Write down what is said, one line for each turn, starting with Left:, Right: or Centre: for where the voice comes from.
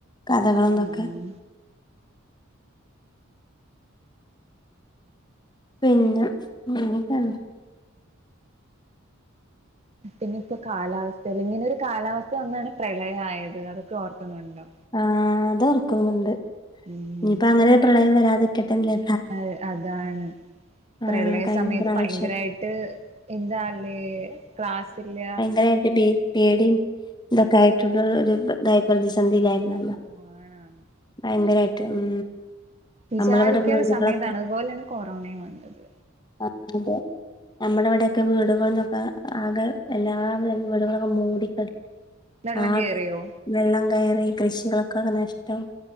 Left: കഥകളും
Right: ഉം
Left: ദൊക്കെ
Right: ഉം
Left: പിന്ന അങ്ങനക്കേണ്
Right: പിന്നെ ഇപ്പൊ കാലാവസ്ഥേല് ഇങ്ങനൊരു കാലാവസ്ഥ വന്നാണ് പ്രളയായത് അതൊക്കെ ഓർക്കുന്നൊണ്ടോ
Left: ആഹ് അതോർക്കുന്നുണ്ട്
Right: ഉം
Left: ഇനിയിപ്പ അങ്ങനൊരു പ്രളയം വരാതിക്കട്ട ല്ലേ
Right: ആഹ് അതാണ് പ്രളയ
Left: ആഹ് കഴിഞ്ഞ
Right: സമയത്ത്
Left: പ്രാവശ്യം
Right: ഭയങ്കരവായിട്ട് എന്താല്ലേ ക്ലാസ്സില്ല
Left: <unintelligible> പേടിം ഇതൊക്കെ ആയിട്ടുള്ള ഒരു ഇതായ് പ്രതിസന്ധിയിലായി ഇല്ല ഇല്ല
Right: ഓ ആണാണ്
Left: ഭയങ്കരായിട്ട് ഉം
Right: വിചാരിക്കാത്ത
Left: നമ്മളിവിടെ വീടുകളൊക്കെ
Right: സമയത്താണ് അതുപോലെയാണ് കൊറോണയും വന്നത്
Left: ആഹ് അതെ നമ്മടെ ഇവിടൊക്കെ വീടുകള്ന്നൊക്കെ ആകെ എല്ലാവി വീടുകളൊക്കെ മൂടിക്കെടക്കെ
Right: വെള്ളം
Left: ആഹ്
Right: കേറിയോ
Left: വെള്ളം കയറി കൃഷികളൊക്കെ ങ്ങട് നഷിച്ചു <unintelligible>